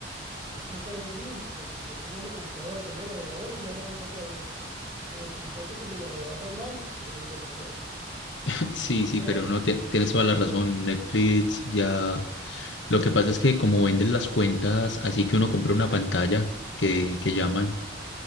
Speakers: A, on the right; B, on the left.
A: el software ID, porque pues es la misma computadora, cambié de navegador y ya me deja otra vez pero si intento con mi navegador normal, eh, me bloquea.
B: <laughs> sí, sí,
A: Pero,
B: pero no, ti- tienes toda la razón. Netflix ya. Lo que pasa es que como venden las cuentas, así que uno compra una pantalla que, que llaman.